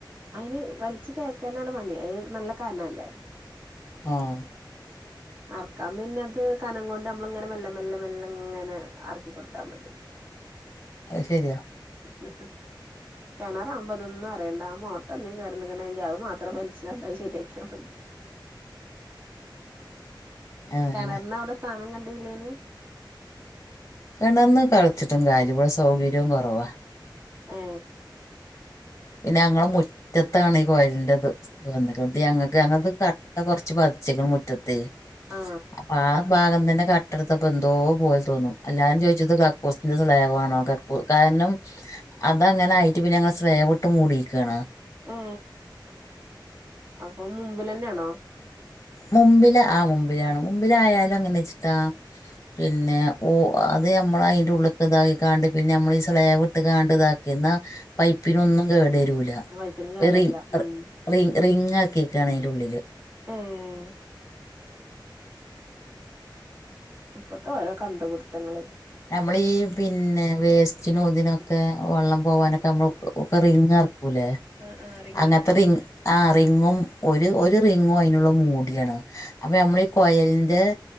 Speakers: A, on the right; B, on the left.
A: അയിന് വലിച്ചു കയറ്റാനാണ് പണി അഹ് നല്ല കനല്ലേ.
B: ആഹ്
A: അറക്കാം പിന്നെ അത് കനം കൊണ്ട് നമ്മള് ഇങ്ങനെ മെല്ലെ മെല്ലെ മെല്ല ഇങ്ങനെ അറക്കി കൊട്ത്താ മതി.
B: അഹ് ശെരിയ
A: ആ കെണറാവുമ്പ അതൊന്നു അറിയണ്ട. ആ മോട്ടോന്തെങ്കി കേടെന്ന്ണെങ്കിൽ അത് മാത്രം വലിച്ചാണ്ട് അഹ് ശെ രിയാക്കിയ മതി
B: അതന്നെ
A: കെണർന് അവിടെ സ്ഥാനം കണ്ടീല്ലേനി.
B: കെണറ്ന്ന് കളിച്ചിട്ടും <unintelligible> ഇവിടെ സൗകര്യം കൊറവാ.
A: ഏ
B: പിന്നെ അങ്ങളെ മുറ്റത്താണ് ഈ കൊയലിന്റെ ഇത്. ഇത് വന്ന്ക്ക്ണ്. ഇത് ഞങ്ങക്ക് ഞങ്ങൾത് കട്ട കൊർച്ച് പതിച്ച്ക്ക്ണ് മുറ്റത്ത്
A: ആ
B: അപ്പ ആ ഭാഗം തന്നെ കട്ടട്ത്ത പോ എന്തോ പോലെ തോന്നും എല്ലാരും ചോദിച്ചത് കക്കൂസിന്റെ സ്ലേവ ആണോ ക കാരണം അതങ്ങനെ ആയിട്ട് പിന്നെ ഞങ്ങള് സ്ലേവ് ഇട്ട് മൂടിയിരിക്കാണ്
A: ഏ അപ്പൊ മുമ്പിൽ തന്നെയാണോ
B: മുമ്പില് ആ മുമ്പിലാണ് മുമ്പില ആയാലും അങ്ങനെ വെച്ചിട്ടാ പിന്നെ ഓ അത് നമ്മൾ അതിന്റെ ഉള്ളിൽക്ക് ഇതാക്കി കാണ്ട് പിന്നെ നമ്മൾ ഈ സ്ലാബ് ഇട്ട് കാണ്ട് ഇതാക്കി ക്കെ എന്നാ പൈപ്പിനൊന്നും കേട് വരൂല
A: പൈപ്പിന് കേടരില്ല
B: റി
A: ഉം
B: റി റിങ്ങ ആക്കിക്കാണ് അതിന്റെ ഉള്ളില്
A: ഏഹ് ഇപ്പത്തെ ഓരോ കണ്ടുപിടുത്തങ്ങളെ
B: നമ്മള ഈ പിന്നെ വേസ്റ്റിനും ഇതിനൊക്കെ വെള്ളം പോവാനൊക്കെ നമ്മൾ ഒക്കെ റിങ് എറ ലെ
A: ആഹ് ആഹ് റിങ്ങർക്കും
B: അങ്ങൻത്തെ റിങ്ങ് ആ റിങ്ങും ഒരു ഒരു റിങ്ങും അതിനുള്ള മൂടിയാണ് അപ്പൊ നമ്മളീ ഈ കോയലിന്റെ